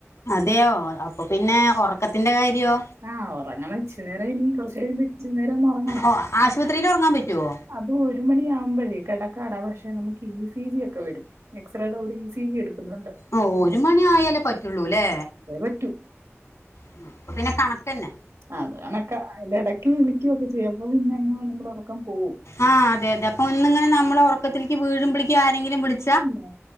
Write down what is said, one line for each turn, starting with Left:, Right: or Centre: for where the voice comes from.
Left: അതെയോ അപ്പൊ പിന്നെ ഒറക്കത്തിന്റെ കാര്യോ
Right: ആഹ് ഒറങ്ങണം ഇച്ചിരിനേരം ഇനി കൊറച്ച് കഴിയുമ്പം ഇച്ചിരി നേരം ഒന്ന് ഒറങ്ങണം
Left: ഓ ആശുപത്രിയിൽ ഒറങ്ങാൻ പറ്റുമോ
Right: അത് ഒരു മണിയാവുമ്പോഴേ കിടക്കാടാ പക്ഷെ നമുക്ക് ഇ സി ജി ഒക്കെ വരും എക്സ്റേയുടെ കൂടി ഇ സി ജി എടുക്കുന്നുണ്ട്
Left: ഓഹ് ഒരു മണി
Right: ആ,
Left: ആയാലേ പറ്റുള്ളൂല്ലേ
Right: അതേ പറ്റൂ
Left: ആഹ് അപ്പൊ പിന്നെ കണക്ക് തന്നെ
Right: ആ അതുകണക്ക് അതിന്റെ ഇടയ്ക്കയും വിളിക്കുവ ഒക്കെ ചെയ്യും അപ്പ പിന്നെ അങ്ങ് നമ്മളെ ഒറക്കം പോവും
Left: ആഹ് അതെ അതെ അപ്പ ഒന്നിങ്ങനെ നമ്മള് ഒറത്തിലേക്ക് വീഴുമ്പഴേക്ക് ആരെങ്കിലും വിളിച്ച-
Right: പിന്നെ